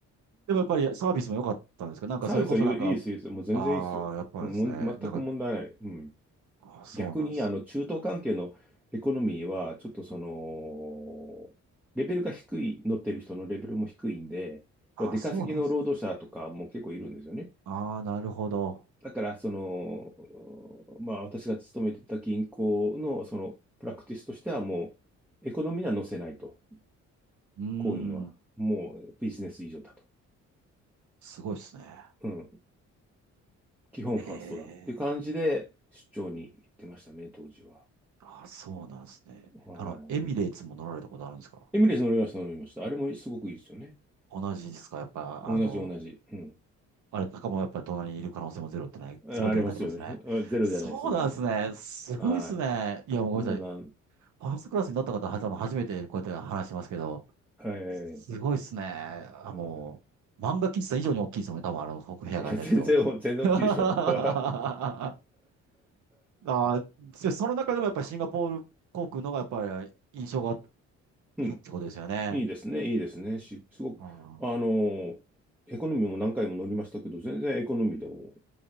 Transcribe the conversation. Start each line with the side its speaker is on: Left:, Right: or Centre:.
Right: でもやっぱりサービスも良かったんですけど、なんかそれこそなんか、
Centre: サービスはいいいですよ、いいですよ。もう全然いいですよ。
Right: ああ、やっぱですね。
Centre: もう全く問題ない。
Right: なんか、
Centre: うん。
Right: あーそうなんです。
Centre: 逆に、あの、中東関係のエコノミーは、ちょっとその、レベルが低い、乗ってる人のレベルも低いんで、
Right: ああ、
Centre: まあ出稼ぎの労働者とかも結構いるんですよね。
Right: そうなんですね。ああ、なるほど。
Centre: だから、その、まあ、私が勤めてた銀行の、その、プラクティスとしては、もう、エコノミーには載せないと。
Right: うーん。
Centre: 行員は。もう、ビジネス以上だと。
Right: すごいですね。
Centre: うん。基本ファーストだっていう感じで、
Right: ええ。
Centre: 出張に行ってましたね、当時は。
Right: あ、そうなんですね。
Centre: は
Right: あの、エミレーツも乗られたことあるんですか
Centre: い。エミレス乗りました、乗りました。あれもすごくいいですよね。
Right: 同じですかやっぱ、
Centre: 同じ、
Right: あの、
Centre: 同じ。うん。
Right: あれ、高もやっぱり隣にいる可能性もゼロってない、
Centre: あありますよね。
Right: ゼロではないってことですね。
Centre: <laughs> あゼロじゃないですね。
Right: そうなんですね。すごいですね。
Centre: は
Right: いや、もうごめんなさい。
Centre: い。そうなん、
Right: ファーストクラスに乗った方は多分初めてこうやって話してますけど、
Centre: は
Right: すごいっすね。
Centre: い。
Right: あ、
Centre: は
Right: もう、漫画喫茶以上に大きいですもんね。多分あの、ここ部屋がね、
Centre: い。いや、全然、
Right: と。
Centre: 全然大きいでしょ。
Right: <laughs> あ
Centre: <laughs>
Right: ー、でその中でもやっぱりシンガポール航空のがやっぱり印象が
Centre: うん。
Right: いいってことですよね。
Centre: いいですね、いいですね。し、すごく、
Right: あー、
Centre: あの、エコノミーも何回も乗りましたけど、全然エコノミーでも